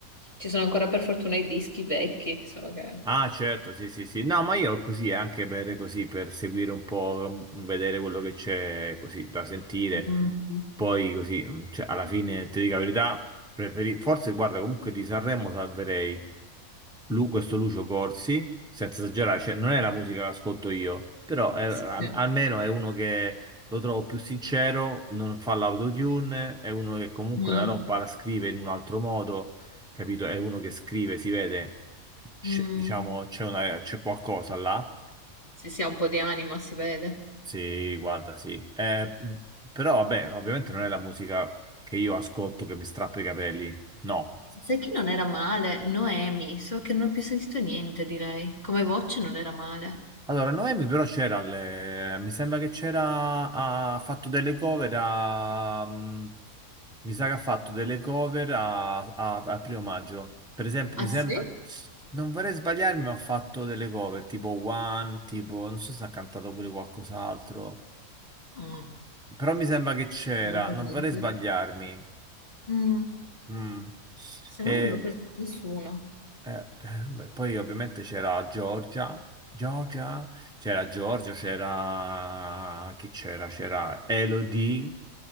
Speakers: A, on the left; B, in the centre.
A: Ci sono ancora per fortuna i dischi vecchi, so che...
B: Ah, certo, sì, sì, sì. No, ma io così, anche per, così, per seguire un po', m, vedere quello che c'è così da sentire.
A: Mm, mm,
B: Poi così, m, cioè, alla fine, ti dico la verità, preferi... forse, guarda, comunque di Sanremo salverei Lu- questo Lucio Corsi, senza esagerare, cioè, non è la musica che ascolto io, però è- al-
A: Sì.
B: almeno è uno che lo trovo più sincero, non fa l'autotune, è uno che comunque
A: Mm,
B: la roba la scrive in un altro modo, capito? È uno che scrive, si vede c'è-
A: mm.
B: diciamo, c'è una- c'è qualcosa là.
A: Se si ha un po' di anima, si vede.
B: Sì, guarda, sì. Eh, mh, però vabbè, ovviamente non è la musica che io ascolto che mi strappa i capelli. No.
A: Sai che non era male? Noemi, so che non ho più sentito niente di lei. Come voce non era male.
B: Allora, Noemi però c'era, alle- mi sembra che c'era, ha fatto delle cover a, mh, mi sa che ha fatto delle cover a, a- al primo maggio. Per esempio,
A: Ah
B: mi
A: sì?
B: sembra, non vorrei sbagliarmi, ma ha fatto delle cover tipo One, tipo, non so se ha cantato pure qualcos'altro.
A: Ah.
B: Però mi sembra che c'era,
A: Non ho presente.
B: non vorrei sbagliarmi.
A: Mm.
B: Mm.
A: Se
B: E,
A: no non l'ho presa nessuno.
B: eh, eh, beh, poi ovviamente c'era Giorgia, Giorgia, c'era Giorgia, c'era... chi c'era? C'era Elodie,